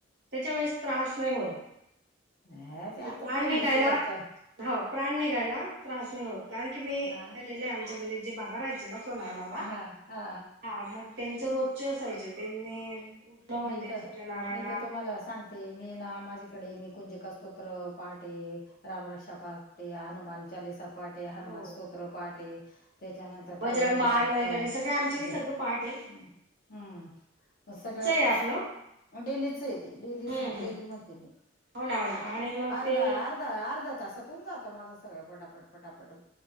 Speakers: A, on the right; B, on the left.
A: त्याच्या वेळेस त्रास नायी होत‌
B: हा
A: म्हणजे
B: ते आता
A: प्राण
B: पहिलं
A: निघायला
B: शेवटचं
A: हाव प्राण निघायला त्रास नायी होत, कारण की मी
B: हा
A: गलेलं आहे आमच्या घरी जे बाबा राहायचे ना कोण हाय बाबा?
B: हा हा
A: हा मग त्यांच रोज असायच त्यांनी उठलं म्हणजे
B: मी तर
A: सूर्यनारायणाला
B: मी तर तुम्हाला सांगते
A: अर्घ्य
B: मी
A: देते
B: ना माझे तकडे मी कुंजीकास्त्रोत पाठये, राम रक्षा पाठ हे हनुमान चालीसा पाठ हे हनुमान
A: हो
B: स्तोत्र पाटय त्याच्यानंतर
A: सगळ बजरंग
B: कालभैरवाष्ट
A: बाण वगैरे
B: हम्
A: सगळं आमच्याही सगळं पाठ आहे
B: हम्म म सगळ
A: ते आपलं
B: म डेलीचय ते डेलीच
A: हम्म हम्म
B: डेली म्हणते मी
A: हो ना हो ना
B: मग,
A: आणि
B: अर्धा
A: ते
B: अर्ध अर्धा अर्धा तासात होउन जातं माझं सगळं पटापट